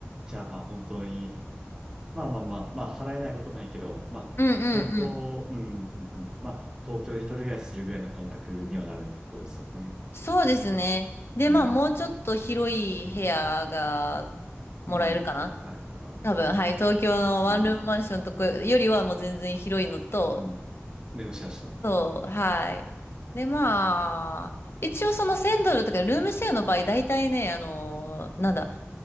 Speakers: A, on the right; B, on the left.
A: じゃあまあ本当に、まあまあまあ、まあ払えないことないけど、まあ、
B: うんうんうん。
A: 東京、うん、うん、うんまあ、東京で一人暮らしするぐらいの感覚にはなるところですよね。
B: そうですね。で、
A: うん、
B: まあ、もうちょっと広い部屋がもらえるかな。
A: うん。なるから、
B: 多分、はい。東京のワンルームマンションとかよりはもう全然広いのと、
A: うん、うん。でもシェアしたのね。
B: そう、はい。で、まあ、一応その1000ドルとかルームシェアの場合、大体ね、あの、なんだ、